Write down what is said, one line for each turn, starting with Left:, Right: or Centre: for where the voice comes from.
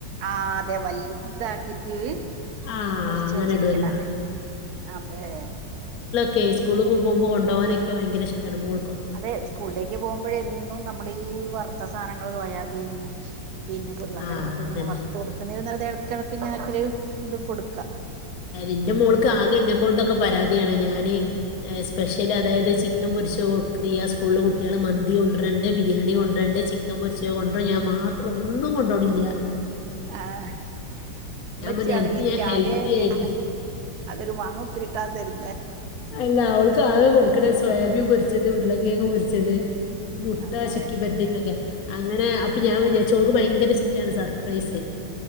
Right: ആഹ് അതെ വല്ല്താക്കി റ്റ്
Left: ആ
Right: മുറിച്ച്
Left: അങ്ങനെ
Right: വെച്ചിരിക്കണ
Left: ഇടുമല്ലോ
Right: അതെ
Left: ക്കെ സ്കൂള്ക്ക് പോക്മ്പൊ
Right: ഉം
Left: കൊണ്ടോകാനക്കെ ഭയങ്കര ഇഷ്ടാണ് മോ
Right: അതെ സ്കൂളിലേക്ക് പോകുമ്പോഴെന്നും നമ്മുടെ ഈ വർത്ത സാധനങ്ങൾ സോയാബീൻ പിന്നെ ഉരുളക്കിഴങ്ങൊക്കെങ്ങനെ
Left: ആ അതന്നെ
Right: വറുത്തു കൊടുക്കുന്നേലും നല്ലത് ഇടക്കിടക്ക് ഇങ്ങനെയൊക്കെ ഒരു ഇതും കൊടുക്കാ
Left: എന്റെ മോൾക്ക് ആകെ എന്നെക്കൊണ്ടൊക്കെ പരാതിയാണ് ഞാന് സ്പെഷ്യല് അതായത് ചി ക്കൻ പൊരിച്ചത് കൊട്ക്ക്ണില്ലാ സ്കൂളിലെ കുട്ടികള് മന്തി കൊണ്ടരണ്ട് ബിരിയാണി കൊണ്ടരണ്ട് ചിക്കൻ പൊരിച്ചത് കൊണ്ടരും ഞാൻ മാത്രം ഒന്നും കൊണ്ടോണില്ല
Right: ആഹ് ഉമ്മച്ചി
Left: ഞാൻ പറഞ്ഞു
Right: ആണെങ്കി
Left: എനിക്ക്
Right: ഇൻക്ക്
Left: ഞാൻ ഹെൽത്തി
Right: ആകേ തരുന്ന
Left: ആയിട്ട്
Right: അതൊരു മാങ്ങപ്പുലിട്ടാ തരു
Left: അല്ല അവൾക്ക് ആകെ കൊടുക്കണ സോയാബീൻ പൊരിച്ചത് ഉരുള കേങ്ങ് പൊരിച്ചത് മുട്ട
Right: അതെ
Left: ചിക്കി പരത്തീട്ടൊക്കെ അങ്ങനെ അപ്പൊ ഞാൻ
Right: ആ
Left: വിചാരിച്ചു ഓൾക്ക് ഭയങ്കര ച്ചാണ് സർ പ്രൈസ്